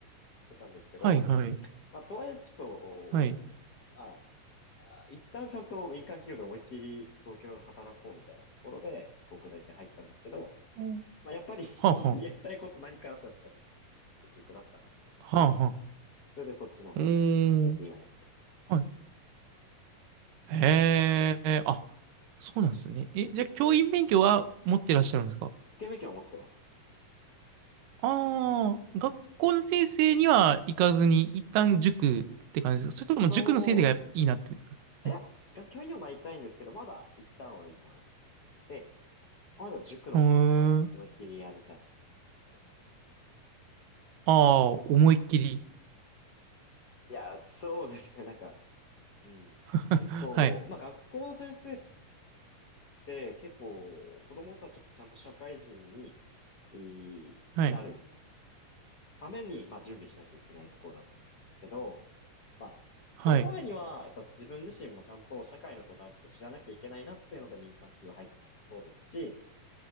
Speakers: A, on the left (about 75°); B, on the right (about 90°).
A: ってたんですけど、
B: はいはい。
A: まあ、とはいえ、ちょっと、
B: はい。
A: まあ、あ一旦ちゃんと民間企業で思いっきり東京で働こうみたいなところで、広告代理店入ったんですけど、
B: うん、
A: まあ、やっぱり <laughs>
B: はあはあ。
A: 本当にやりたいこと何かなってやった時に、結局だったなってなって、
B: はあはあ。
A: それでそっちの方にやって、
B: うーん。
A: 今やってるって感じで。
B: はい。へえ。あ、そうなんですね。え、じゃあ教員免許は持ってらっしゃるんですか
A: 教員免を持ってますね。
B: ああー、学校の先生には行かずに、一旦塾って感じですかそれとも塾の先生がいいなって。
A: そ
B: はい。
A: う、いや、学教員にもなりたいんですけど、まだ一旦はいいかなと思っていて、まだ塾の方で思いっきりやりたいなっていうところです。
B: へーああ、思いっきり。
A: いや、そうですね、なんか、うん。
B: <laughs>
A: 結構、
B: はい。
A: まあ学校の先生って結構子供たちがちゃんと社会人にいーなる
B: はい。
A: ために、まあ準備しなきゃいけないところだと思うんですけど、まあそのためにはやっぱ自分自身もちゃんと社会のことある程度知らなきゃいけないなっていうので民間企業入ったのもそうですし、
B: はい。